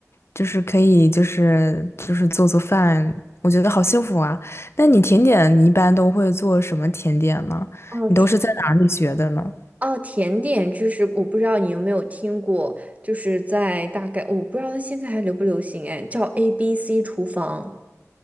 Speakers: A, on the left; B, on the right.
A: 就是可以，就是就是做做饭，我觉得好幸福啊。那你甜点，你一般都会做什么甜点呢？
B: 哦，
A: 你都是在哪里学的呢？
B: 甜，哦，甜点就是我不知道你有没有听过，就是在大概我不知道它现在还流不流行哎，叫 ABC 厨房。